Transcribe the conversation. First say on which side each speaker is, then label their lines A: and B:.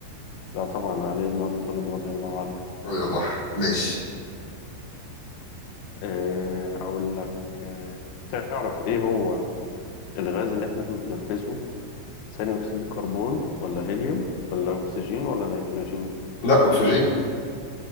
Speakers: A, on the left (about 85°); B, on the left (about 55°).
A: لا طبعا علي بن أبي طالب رضي الله عنه
B: رضي الله عنه. ماشي
A: إيه هقول لك إيه تعرف إيه هو الغاز اللي إحنا بنتنفسه ثاني أكسيد الكربون ولا هيليوم ولا أكسجين ولا نيتروجين
B: لا أكسجين